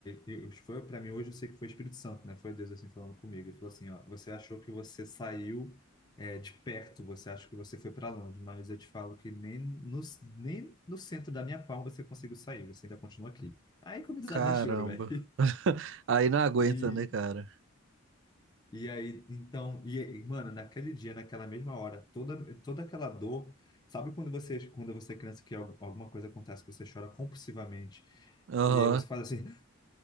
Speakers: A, on the left; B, on the right.
A: e e foi para mim hoje, eu sei que foi o Espírito Santo, né? Foi Deus assim falando comigo. Ele falou assim, ó, você achou que você saiu é, de perto, você acha que você foi para longe, mas eu te falo que nem no, nem no centro da minha palma você conseguiu sair, você ainda continua aqui. Aí que eu me desabei
B: Caramba.
A: em choro, velho.
B: <laughs> Aí não aguenta,
A: E,
B: né, cara?
A: e aí, então, e, e, mano, naquele dia, naquela mesma hora, toda, toda aquela dor, sabe quando você, quando você é criança que al- alguma coisa acontece que você chora compulsivamente?
B: Aham.
A: E aí você faz assim,